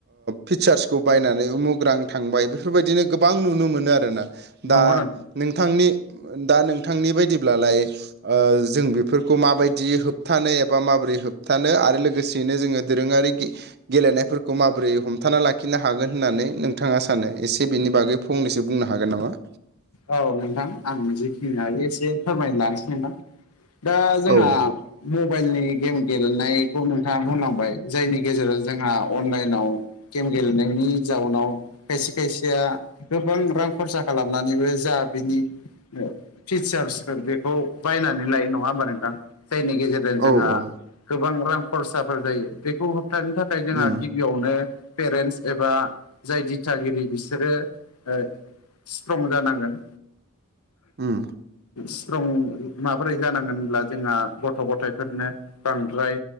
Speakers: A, on the right; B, on the left.
A: फिसार्सखौ बायनानै उमुख रां थांबाय बेफोरबायदिनो गोबां नुनो मोनो आरोना
B: नंगौ
A: दा
B: नोंथां
A: नोंथांनि दा नोंथांनि बायदिब्लालाय जों बेफोरखौ माबायदि होबथानो एबा माबोरै होबथानो आरो लो गोसेयैनो जोङो दोरोङारि गेलेनायफोरखौ माबोरै हमथाना लाखिनो हागोन होननानै नों नोंथाङा सानो एसे बेनि बागै फंनैसो बुंनो हागोन नामा
B: औ नोंथां आं जिखिनि हायो एसे फोरमायलांनोसै नोंथां दा जोंहा
A: औ
B: मबाइलनि गेम गेलेनायखौ नोंथाङा बुंलांबाय जायनि गेजेराव जोंहा अनलाइनाव गेम गेलेनायनि जाउनाव खायसे खायसेया गोबां रां खरसा खालामनानैबो जा बिनि फिचार्सफोर बेखौ बायनानै लायो नङा होमबा नोंथां जायनि गेजेर जोंहा
A: औ औ
B: गोबां रां खरसाफोर जायो बेखौ होबथानो थाखाय जोंहा
A: उम
B: गि बियावनो पेरेन्टस एबा जाय दिथागिरि बिसोरो ओ स्ट्रं जानांगोन
A: उम
B: स्ट्रं माबोरै जानांगोन होनब्ला जोंहा गथ' गथायफोरनो बांद्राय